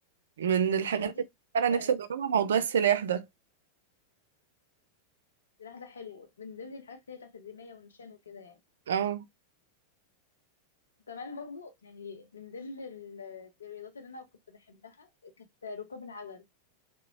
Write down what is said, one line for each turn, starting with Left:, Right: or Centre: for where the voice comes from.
Right: من الحاجات
Left: هو دي
Right: اللي انا نفسي
Left: ك...
Right: اجربها موضوع السلاح ده
Left: سلاح ده حلو من ضمن الحاجات اللي هي بتاعت الرمايه والنشان وكده يعني
Right: اه
Left: وكمان برضو يعني من ضمن ال- الرياضات اللي انا كنت بحبها كانت ركوب العجل